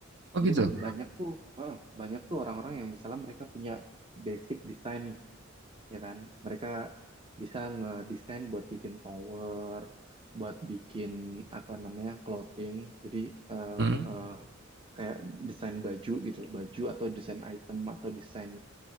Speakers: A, on the right; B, on the right.
A: oh
B: Jadi
A: gitu
B: kan banyak tuh, eh, banyak tuh orang-orang yang misalnya mereka punya basic design ya kan? Mereka bisa ngedesain buat bikin tower, buat bikin apa namanya clothing, jadi eh,
A: hmm?
B: eh, kayak desain baju gitu, baju atau desain item atau desain